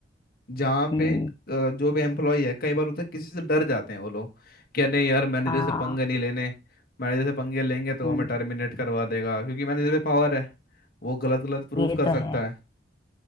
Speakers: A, on the left (about 55°); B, on the left (about 25°).
A: जहाँ
B: हम्म
A: पे अ, जो भी एम्प्लॉय है कई बार होता है किसी से डर जाते हैं वो लोग क्या नहीं यार मैनेजर
B: हाँ
A: से पंगे नहीं लेने मैनेजर से पंगे लेंगे तो
B: हम्म
A: वो हमें टर्मिनेट करवा देगा क्योंकि मैनेजर पे पावर है वो गलत गलत प्रूफ
B: ये
A: कर
B: तो
A: सकता
B: है
A: है